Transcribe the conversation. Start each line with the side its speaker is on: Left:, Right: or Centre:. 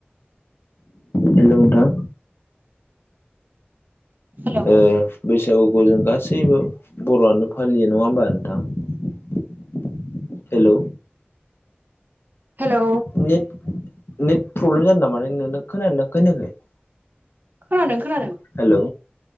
Left: हेलौ नोंथां।
Right: हेलौ
Left: ओ बैसागुखौ जों गासैबो बर' आनो फालियो नङा होमबा नोंथां? Hello
Right: hello
Left: net net problem जादों नामा नोंथां खोनादों ना खोनायाखै?
Right: खोनादों खोनादों
Left: हेलौ